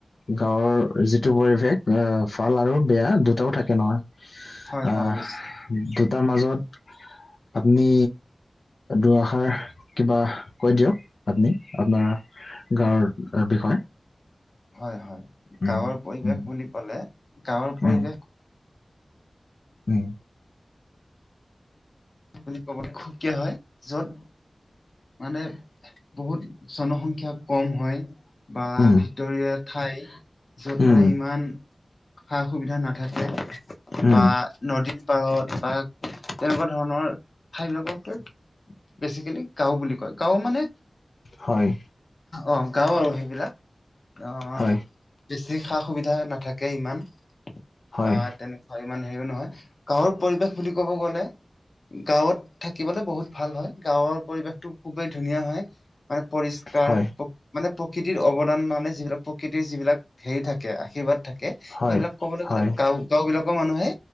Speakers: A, on the left; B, on the left.
A: গাঁৱৰ যিটো পৰিৱেশ, অ, ভাল আৰু বেয়া দু টাও থাকে নহয়,
B: হয়
A: আহ
B: হয় নিশ্চয়
A: দু টাৰ মাজত আপুনি দুআষাৰ কিবা কৈ দিয়ক আপুনি, আপোনাৰ গাঁৱৰ বিষয়ে।
B: হয় হয়,
A: উম
B: গাঁৱৰ পৰিৱেশ
A: উম
B: বুলি ক'লে গাঁৱৰ পৰিৱেশ
A: উম উম।
B: বুলি ক'বলৈ সুকীয়া হয়, য'ত মানে বহুত জনসংখ্যা কম হয়। বা
A: উম
B: ভিতৰীয়া ঠাই, য'ত
A: উম
B: মানে ইমান সা- সুবিধা নাথাকে
A: উম,
B: বা নদীৰ পাৰত বা তেনেকুৱা ধৰণৰ ঠাই বিলাকক বেচিকেলি গাওঁ বুলি কয় গাওঁ মানে
A: হয়
B: অ', গাওঁ আৰু সেইবিলাক অ'
A: হয়
B: বেছি সা -সুবিধা নাথাকে ইমান,
A: হয়
B: বা তেনেকুৱা ইমান হেৰিও নহয় গাঁৱৰ পৰিৱেশ বুলি ক'ব গ'লে গাঁৱত থাকিবলৈ বহুত ভাল হয় গাঁৱৰ পৰিৱেশটো খুবেই ধুনীয়া হয় মানে পৰিচ ষ্কাৰ
A: হয়
B: মানে প্ৰকৃতিৰ অৱদান মানে যিবিলাক প্ৰকৃতিৰ যিবিলাক হেৰি থাকে আশীৰ্বাদ থাক কে সেইবিলাক
A: হয়
B: কবলে
A: হয়
B: গ'লে গাঁও গাও বিলাকৰ মানুহে